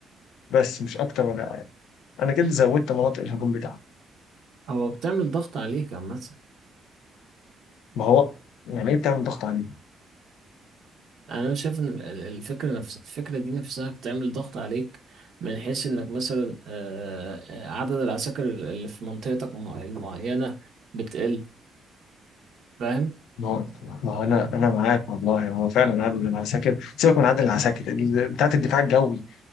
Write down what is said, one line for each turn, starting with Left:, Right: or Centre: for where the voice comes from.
Left: بس مش اكتر ولا اقل انا كده زودت مناطق الهجوم بتاعتي
Right: هو بتعمل ضغط عليك عامة
Left: ما هو يعني ايه بتعمل ضغط عليه
Right: أنا شايف إن ال- ال- الفكرة نفس الفكرة دي نفسها بتعمل ضغط عليك من حيث إنك مثلا آه، آه، عدد العساكر اللي في منطقتك المع- المعينة بتقل فاهم؟
Left: ما هو ما هو انا انا معاك والله هو فعلا عادل العساكر سيبك من عادل العساكر ال- بتاعت الدفاع الجوي